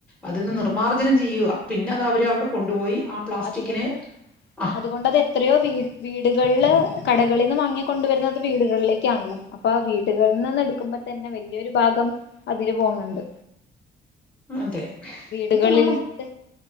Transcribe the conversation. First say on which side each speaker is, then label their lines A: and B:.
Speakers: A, in the centre; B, on the left.
A: അതിന്ന്
B: ഉം
A: നിർമ്മാർജനം ചെയ്യുവാ പിന്നെ അത് അവര്അവിടെ കൊണ്ടുപോയി ആ പ്ലാസ്റ്റിക്കിനെ
B: അതുകൊണ്ട്
A: ആ-
B: അതുകൊണ്ട് അത് എത്രയോ വീ വീടുകളില് കടകളിൽ നിന്ന് വാങ്ങി കൊണ്ട് വരുന്നത് വീടുകളിലേക്കാണല്ലോ അപ്പൊ ആ വീടുകളിൽ നിന്ന് എടുക്കുമ്പോ തന്നെ വലിയൊരു ഭാഗം അതില് പോകുന്നുണ്ട്
A: അതെ
B: വീടുകളിൽത്തെ
A: ഇപ്പൊ നമ്മ